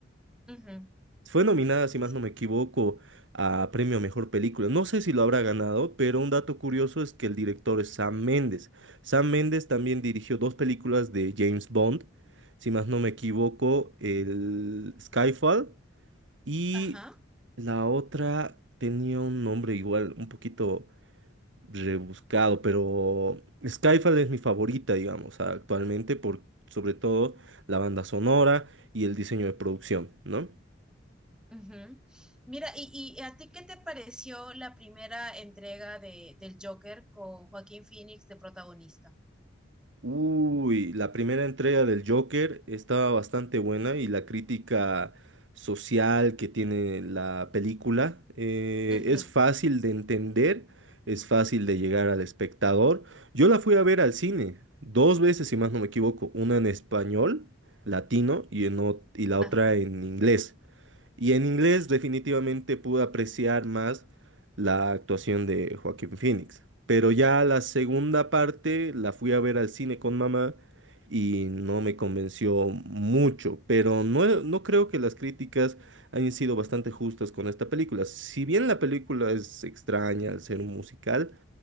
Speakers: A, in the centre; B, on the right.
A: Ujú.
B: Fue nominada, si
A: Sí,
B: más no me equivoco, a Premio a Mejor Película. No sé si lo habrá ganado, pero un dato curioso es que el director es Sam Mendes. Sam Mendes también dirigió dos películas de James Bond, si más no me equivoco, el Skyfall y
A: ajá.
B: la otra tenía un nombre igual, un poquito rebuscado, pero Skyfall es mi favorita, digamos, actualmente por sobre todo la banda sonora y el diseño de producción, ¿no?
A: ujú. Mira, y, ¿y a ti qué te pareció la primera entrega de, del Joker con Joaquín Phoenix de protagonista?
B: Uy, la primera entrega del Joker estaba bastante buena y la crítica social que tiene la película eh,
A: Ujú.
B: es fácil de entender, es fácil de llegar al espectador. Yo la fui a ver al cine dos veces, si más no me equivoco, una en español latino y, en ot- y la
A: Ajá,
B: otra en inglés. Y en inglés
A: sí.
B: definitivamente pude apreciar más la actuación de Joaquín Phoenix. Pero ya la segunda parte la fui a ver al cine con mamá y no me convenció mucho. Pero no, no creo que las críticas hayan sido bastante justas con esta película. Si bien la película es extraña al ser un musical,